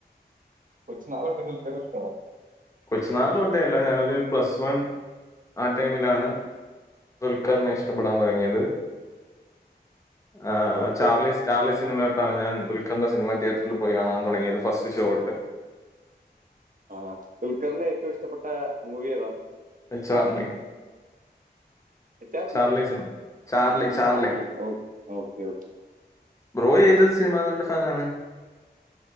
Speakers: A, on the right; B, on the left.
A: കൊച്ചു നാള് തൊട്ട് ദുൽക്കറെ ഇഷ്ടോ
B: കൊച്ചു നാള് തൊട്ടേ അല്ല ഞാനൊരു പ്ലസ് വൺ ആ ടൈമിലാണ് ദുൽഖറിനെ ഇഷ്ടപ്പെടാൻ
A: ഉം
B: തുടങ്ങിയത് ആ
A: ഓക്കെ
B: ചാർലീസ് ചാർലസ് സിനിമ തൊട്ടാ ഞാൻ ദുൽഖന്റെ സിനിമ തിയേറ്ററിൽ പോയി കാണാൻ തുടങ്ങിയത് ഫസ്റ്റ് ഷോ തൊട്ട്
A: ആഹ് ദുൽഖറിന്റെ ഏറ്റവും ഇഷ്ടപ്പെട്ട മൂവി ഏതാ
B: Charlie
A: H R
B: Charlie
A: B
B: സിനിമ ചാർലി
A: ഓഹ്
B: ചാർലി
A: ഓഹ് ഓക്കെ ഓക്കെ
B: ബ്രോ ഏത് സിനിമ നടന്റെ ഫാനാണ്